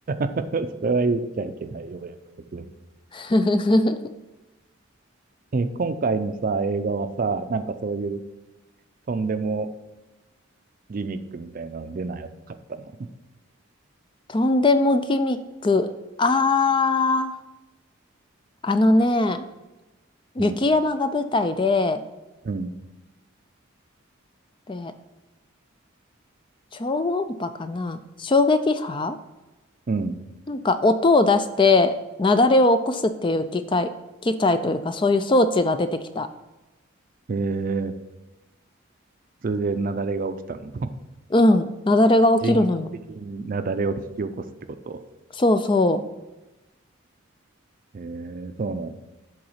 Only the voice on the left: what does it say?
<laughs>
とんでもギミック。あー、あのね、雪山が舞台で、
で、超音波かな衝撃波
なんか音を出して雪崩を起こすっていう機械、機械というかそういう装置が出てきた。
うん、雪崩が起きるのよ。
そうそう。